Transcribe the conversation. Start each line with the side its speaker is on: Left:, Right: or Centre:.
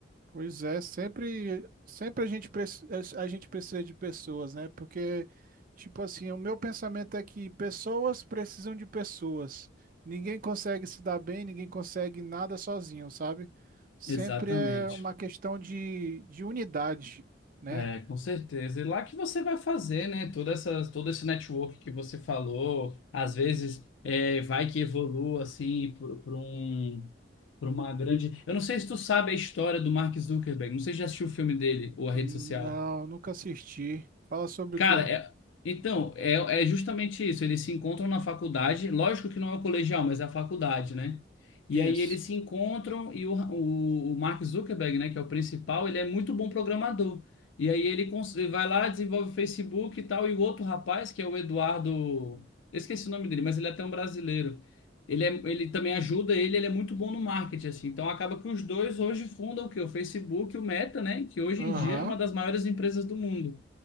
Right: Pois é, sempre, sempre a gente, preci- a gente precisa de pessoas, né? Porque, tipo assim, o meu pensamento é que pessoas precisam de pessoas. Ninguém consegue se dar bem, ninguém consegue nada sozinho, sabe? Sempre
Left: Exatamente.
Right: é uma questão de, de unidade, né?
Left: É, com certeza. E lá que você vai fazer, né? Toda essa, todo esse network que você falou, às vezes é, vai que evolua assim para um, para uma grande. Eu não sei se tu sabe a história do Mark Zuckerberg, não sei se já assistiu o filme dele ou a
Right: Não,
Left: rede social.
Right: nunca assisti. Fala sobre
Left: Cara,
Right: o quê?
Left: é- então, é, é justamente isso. Eles se encontram na faculdade, lógico que não é o colegial, mas é a faculdade, né? E
Right: Isso.
Left: aí eles se encontram e o, o, o Mark Zuckerberg, né, que é o principal, ele é muito bom programador. E aí ele, cons- ele vai lá, desenvolve o Facebook e tal, e o outro rapaz, que é o Eduardo, eu esqueci o nome dele, mas ele é até um brasileiro. Ele, é, ele também ajuda ele, ele é muito bom no marketing, assim. Então acaba que os dois hoje fundam o quê? O Facebook, e o Meta, né? Que hoje
Right: Aham.
Left: em dia é uma das maiores empresas do mundo.